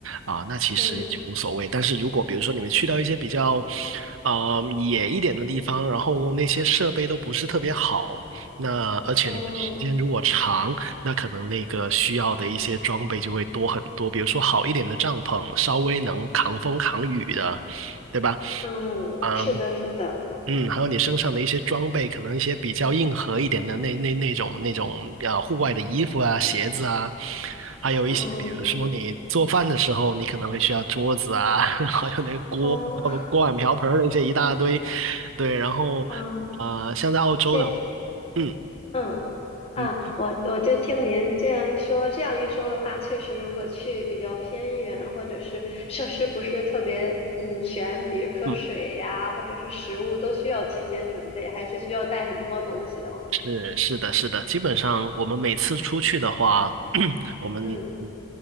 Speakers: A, on the right; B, on the left.
A: 啊，那其实就无所谓。
B: 嗯。
A: 但是如果比如说你们去到一些比较呃野一点的地方，然后那些设备都不是特别好，那而且你们时间如果长，
B: 嗯
A: 那可能那个需要的一些装备就会多很多，比如说好一点的帐篷，稍微能扛风扛雨的，对吧？
B: 嗯，
A: 嗯
B: 是的，是的，
A: 嗯，还有你身上的一些装备，可能一些比较硬核一点的那那那种那种呃户外的衣服啊、鞋子啊，还有一些比如说你做饭的时候，
B: 嗯，
A: 你可能会需要桌子啊，<laughs> 还有那个锅、
B: 哦，
A: 锅碗瓢盆儿那些一大堆，对，然后
B: 嗯，
A: 呃像在澳洲的，
B: 这，
A: 嗯
B: 嗯，啊，
A: 嗯
B: 我我就听您这样一说，这样一说的话，确实，如果去比较偏远，或者是设施不是特别嗯全，比如说水呀、
A: 嗯。
B: 或者是食物，都需要提前准备，还是需要带很多东西的哦。
A: 是是的，是的，基本上我们每次出去的话，<clears throat> 我们嗯
B: 嗯